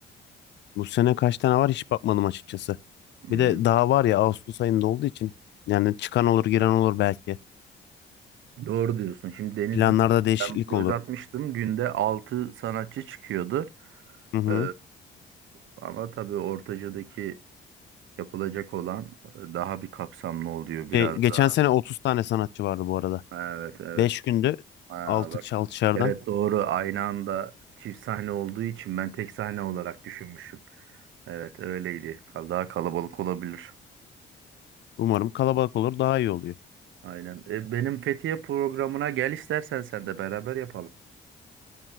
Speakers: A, on the left; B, on the right.
A: Bu sene kaç tane var hiç bakmadım açıkçası.
B: Hmm,
A: Bir de daha var ya Ağustos ayında olduğu için yani çıkan olur giren olur belki.
B: doğru diyorsun. Şimdi Denizli'de
A: Planlarda değişiklik
B: ben göz
A: olur.
B: atmıştım. Günde 6 sanatçı çıkıyordu.
A: Hı hı.
B: Ee, ama tabii ortacadaki yapılacak olan e, daha bir kapsamlı oluyor biraz
A: Şey, geçen
B: daha.
A: sene 30 tane sanatçı vardı bu arada.
B: Evet evet.
A: 5 günde
B: Aa,
A: 6
B: bak.
A: şardan
B: Evet doğru aynı anda çift sahne olduğu için ben tek sahne olarak düşünmüşüm. Evet öyleydi. Kal- Daha kalabalık olabilir.
A: Umarım kalabalık olur daha iyi oluyor.
B: Aynen. E, benim Fethiye programına gel istersen sen de beraber yapalım.